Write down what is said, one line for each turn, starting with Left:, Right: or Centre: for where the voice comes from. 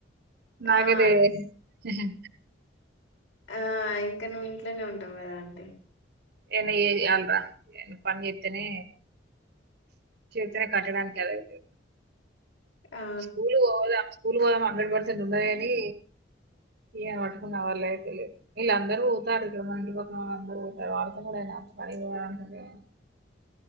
Right: నాగదే
Left: ఆ ఇ
Right: హ
Left: ఆ ఇంక ఇట్లనే ఉంటాం కదా అంటే
Right: ఎ ఏ అాలరా పని చెతేనే చేతనే కట్టడానికి అది అయితది
Left: ఆ
Right: స్కూలు పోవాల పూలుదం హండ్రెడ్ పర్సెంట్ ఉండది అని ఏ పట్టుకున్న వాళ్ళు అయితే తెలిదు వీళ్ళు అందరూ పోతారు ఇక్కడ మ ఇంటి పక్కన వాళ్ అందరూ పోతారు వాళ్ళతో కూడా పనిపోే